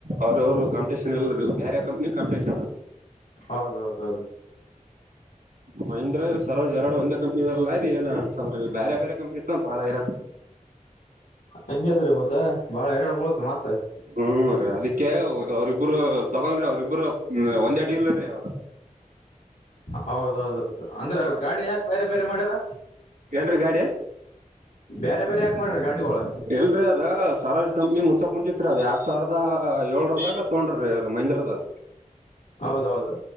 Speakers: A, on the right; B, on the left.
A: ಅವ್ರರು ಅವರು ಕಂಪಿಟಷನ್ ಎಲ್ ಬೇರೆ ಕಂಪ್ನಿ ಕಂಿಟಷನ್
B: ಹೌದೌದೌದು
A: ಮಹಂದ್ರ ಸರೋ್ ಎರಡು ಒಂದೇ ಕಂಪ್ನಿರಲ್ಲ ಇದ್ ಏ ಅನ್ಸಲ್ರಿೀ ಬೇರೆ ಬೇರೆ ಕಂಪ್ನಿತ್ ಬಾಳ ಇರ
B: ಹಂಂಗದೀ ಮತ್ತತ್ ಬಾಳ ಎರಡಡು ಬಳ ಮತ್ತತ್
A: ಹ್ಮ್ ರರಿ ಅದಕ್ಕೆ ಅವ್ರಿಬ್ಬರು ತಗೋಲ್ರಿ ಅವ್ರಿಬ್ಬರು ಒಂದೇಡ್ಡಿ ಇಲ್ರರಿ ಅವ್ರರು
B: ಹೌದೌದೌದು ಅಂದ್ರ
A: ಹೌದ
B: ಗಾಡಿ ಯಾಕೆ ಬೇರೆ ಬೇರೆ ಮಾಡ್ಯಾರ
A: ಏನ್ರೀ ಗಾಡಿ
B: ಬೇರೆ ಬೇರೆ ಯಾಕಕ್ ಮಾಡ್ರಿ ಗಾಡಿಗಳೋಳ
A: ಎಲ್ರರಿ ಅದ ಸರವಾಜ್ ಕಂಪ್ನಿ ಮುಚ್ಚಾಕ್ ಕು ಮುಂಚಿತ್ರಿ ಅದ ಎರಡ್ ಸಾವಿರದ ಏಳರದಾಗ ತೋೊಂಡ್ರೀ ಅವ ಮಹಂದ್ರದ್ರರು
B: ಹೌದೌದು